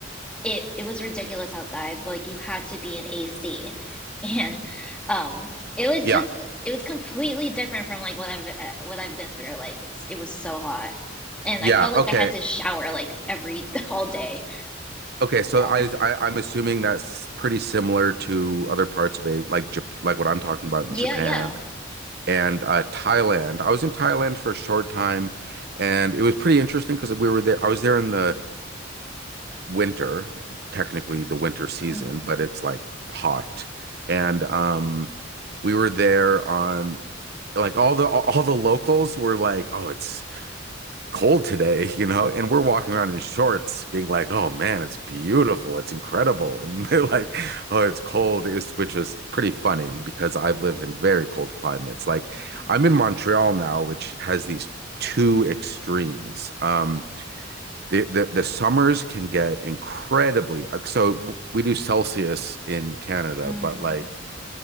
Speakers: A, in the centre; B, on the right.
A: it it was ridiculous outside. Like you had to be in AC, and um, it was
B: Yeah.
A: just it was completely different from like what I've uh, what I've been through. Like it's it was so hot, and
B: Yeah.
A: I felt like
B: Okay.
A: I had to shower like every <laughs> all day.
B: Okay. So
A: Yeah,
B: I, I I'm assuming that's pretty similar to other parts of Asia, like Jap- like what I'm talking about
A: yeah,
B: in Japan
A: yeah,
B: and uh, Thailand. I was in Thailand for a short time, and it was pretty interesting because we were there. I was there in the winter, technically the winter season,
A: hmm
B: but it's like hot, and um, we were there on like all the all the locals were like, "Oh, it's cold today, you know, and we're walking around in shorts being like, oh man, it's beautiful, it's incredible. <laughs> And they're like, oh, it's cold, it's, which was pretty funny because I've lived in very cold climates. Like
A: yeah.
B: I'm in Montreal now, which has these two extremes. Um, the, the, the summers can get incredibly, uh, so we do Celsius in Canada,
A: Mm-hmm.
B: but like